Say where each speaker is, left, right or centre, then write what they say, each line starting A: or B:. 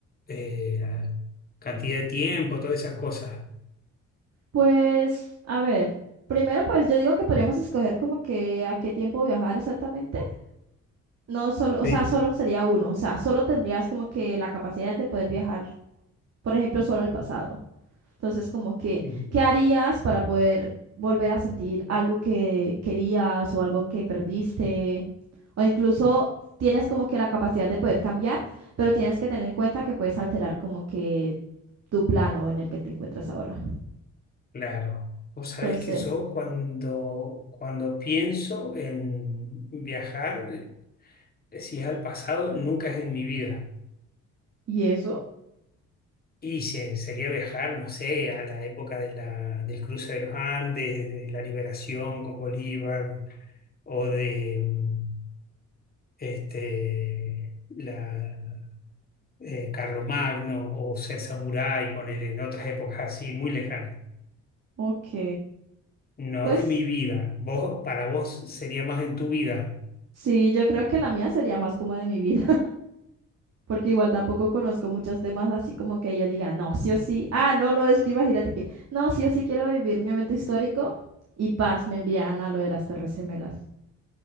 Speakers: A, on the left (about 30°); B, on the right (about 55°).
A: Eh, cantidad de tiempo, todas esas cosas.
B: Pues, a ver, primero pues yo digo que podríamos escoger como que a qué tiempo viajar exactamente. No solo, o
A: Sí,
B: sea, solo sería uno, o sea, solo tendrías como que la capacidad de poder viajar, por ejemplo, solo al pasado. Entonces, como que,
A: Ujú.
B: ¿qué harías para poder volver a sentir algo que querías o algo que perdiste? O incluso tienes como que la capacidad de poder cambiar, pero tienes que tener en cuenta que puedes alterar como que tu plano en el que te encuentras ahora.
A: claro. Vos sabés
B: Entonces,
A: que yo cuando, cuando pienso en viajar, eh, si es al pasado, nunca es en mi vida.
B: ¿y eso?
A: Y se- sería viajar, no sé, a la época de la, del cruce de los Andes, de la liberación con Bolívar, o de mm, este, la, eh, Carlomagno, o ser samurái, ponerle en otras épocas así, muy lejanas.
B: Ok.
A: No
B: Pues
A: de mi vida. Vos, para vos sería más en tu vida.
B: sí, yo creo que la mía sería más como de mi vida. porque igual tampoco conozco muchos temas así como que yo diga, no, sí o sí. Ah, no, no, es que imagínate que, no, sí o sí quiero vivir un evento histórico y paz, me envían a lo de las Torres Gemelas.